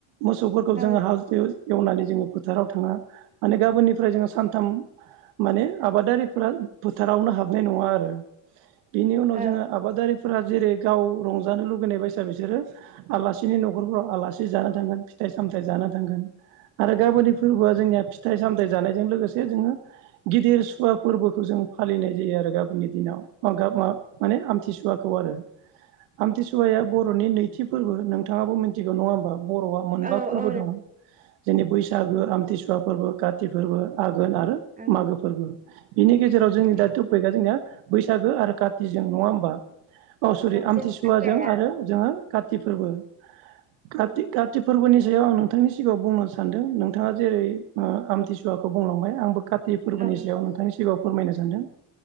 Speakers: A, on the right; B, on the right.
A: मोसौफोरखौ
B: औ
A: जोङो हाल एवनानै जोङो फोथाराव थाङा। माने गाबोननिफ्राय जोङो सानथाम माने आबादारिफोरा फोथारावनो हाबनाय नङा आरो। बिनि उनाव
B: औ
A: जोङो आबादारिफोरा जेरै गाव रंजानो लुुबैनाय बायसा बिसोरो आलासिनि न'खरफ्राव आलासि जानो थांगोन फिथाइ सामथायाइ जाना थांगोन। आरो गाबोननि फोरबोआ जोंनिया फिथाइ सामथाइ जानायजों लोगोसे जोङो गिदिर सुवा फोरबोखौ जों फालिनाय जायो आरो गाबोननि दिनाव ओ माने आमथिसुवाखौ आरो। आमथिसुवाया बर'नि नैथि फोरबो नोंथाङाबो मिथिगौ नङा होमबा बर' बा
B: औ
A: फोरबो
B: औ
A: दं। जोंनि बैसागो, आमथिसुवा फोरबो, काति फोरबो, आ गोन आरो
B: नों
A: मागो फोरबो। बिनि गेजेराव
B: ओं
A: जोंनि
B: ओं
A: दा टपिकआ जोंनिया बैसागो आरो कातिजों नङा होमबा? औ सरि आमथिसुवाजों
B: जोंना आयदाया
A: आरो जोङो खाथि फोरबो। खाथि
B: ओं
A: खाथि फोरनि सायाव आं नोंथांनि सिगाङाव बुंनो सानदों नोंथाङा जेरै ओ आमथिसुवाखौ बुंलांबाय आंबो खा थि फोरबोनि
B: औ
A: सायाव नोंथांनि सिगाङाव फोरमायनो सानदों।